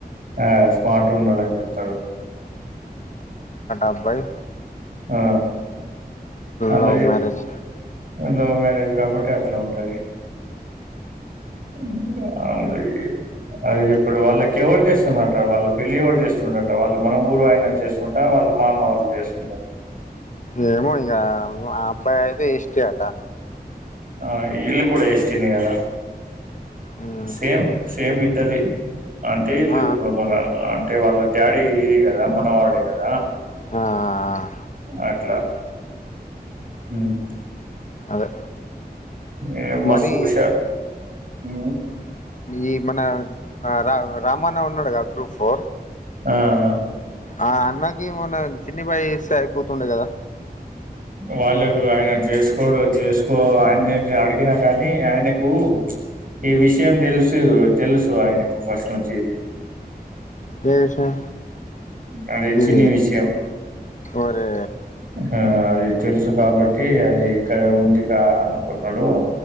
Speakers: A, on the right (about 60°); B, on the left (about 50°).
A: ఆ స్మార్ట్ ఉన్నాడని చెప్తాడు.
B: అబ్బాయ్
A: ఆ అలా
B: లవ్ మ్యారేజ్
A: లవ్ మ్యారేజ్ కాబట్టి అట్లే ఉంటది. <unintelligible> అదే చెప్పడు వాళ్ళకి ఎవరు చేస్తురట వాళ్ళు పెళ్లి ఎవరు చేస్తురట వాళ్ళ మన ఊరు ఆయన చేస్తుంటా వాళ వాళ్ళ మామ వాళ్ చేస్తుండ్రా?
B: ఏమో ఇంక మా అబ్బాయి అయితే ఎస్టీ అట
A: ఆ ఈళ్ళు కూడా ఎస్టీనే కదా.
B: మ్మ్
A: సేమ్ సేమ్ ఇద్దది అంటే ఈల్
B: ఆ
A: ఇప్పుడు మన అంటే వాళ్ళ డాడీ ఇదేగదా మనవాడే కదా
B: ఆ
A: అట్లా మ్
B: అదే
A: ఏ మస్త్
B: మరి
A: ఉషా ఊ
B: ఈ మన రా రామన్న ఉన్నాడు కదా ట్రూఫో
A: ఆ ఆ
B: ఆ అన్నాకి మొన్న చిన్ని బయి ఇస్తే అయిపోతుండే కదా.
A: వాళ్ళకు ఆయన చేసుకోడు చేసుకో ఆయన నేను అడిగినా కాని ఆయనే కు ఈ విషయం తెలుసు తెలుసు ఆయనకు ఫస్ట్నుంచి
B: ఏ విషయం
A: అదే చిన్ని
B: ఇది
A: విషయం
B: ఒరే
A: ఆ అది తెలుసు కాబట్టి అది ఇక్కడ ఉందికా అనుకున్నాడు.